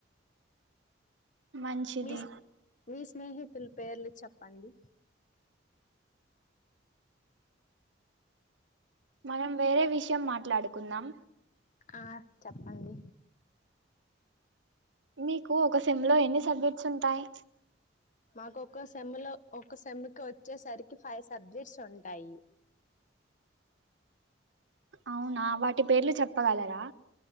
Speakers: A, on the right (about 75°); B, on the left (about 45°).
A: మంచిది
B: మీస్ మీస్నేహి తలు పేర్లు చెప్పండి
A: మనం వేరే విషయం మాట్లాడుకుందాం
B: ఆ చప్పండి
A: మీకు ఒక సేమ్ లో ఎన్ని సబ్జెక్ట్స్ ఉంటాయి
B: నాక్కొక్క సెమ్ లో ఒక్క సెమ్కు వచ్చేసరికి ఫైవ్ సబ్జెక్ట్స్ ఉంటాయి
A: అవునా వాటి పేర్లు చెప్పగలరా